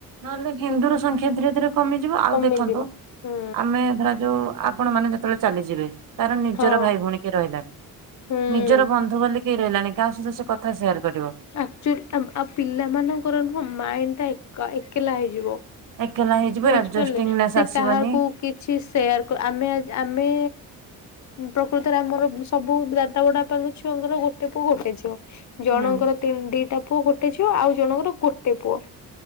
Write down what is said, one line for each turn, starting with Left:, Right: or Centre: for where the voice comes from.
Right: ନହେଲେ ହିନ୍ଦୁର ସଂଖ୍ୟା ଧୀରେ ଧୀରେ କମିଯିବ ଆଉ
Left: କମିଯିବ
Right: ଦେଖନ୍ତୁ।
Left: ହୁଁ
Right: ଆମେ ଧରା ଯୋଉ ଆପଣ ମାନେ ଯେତେବେଳେ ଚାଲିଯିବେ ତାର ନିଜର
Left: ହଁ
Right: ଭାଇ ଭଉଣୀ କିଏ ରହିଲାନି
Left: ହୁଁ।
Right: ନିଜର ବନ୍ଧୁ ବୋଲି ଏ ରହିଲାଣି କାହା ସହିତ ସେ କଥା ସେୟାର କରିବ?
Left: ଆକଚୁଆଲି ଆଉ ପିଲାମାନଙ୍କର ନୁହଁ ମାଇଣ୍ଡ ଟା ଏକ ଏକଲା ହେଇଯିବ।
Right: ଏକଲା ହେଇଯିବ
Left: ବୁଝିପାରିଲେ
Right: ଆଡଜଷ୍ଟିଙ୍ଗନେସ୍
Left: ସେ
Right: ଆସିବନି
Left: କାହାକୁ କିଛି ସେୟାର, ଆମେ ଆମେ ପ୍ରକୃତରେ ଆମର ସବୁ ଦାଦା ବଡ଼ାବାପାଙ୍କୁ ଛୁଅଙ୍କର ଗୋଟେ ପୁଅ ଗୋଟେ ଝିଅ ଜଣଙ୍କର
Right: ହୁଁ
Left: ଦିଟା ପୁଅ ଗୋଟେ ଝିଅ ଆଉ ଜଣଙ୍କର ଗୋଟେ ପୁଅ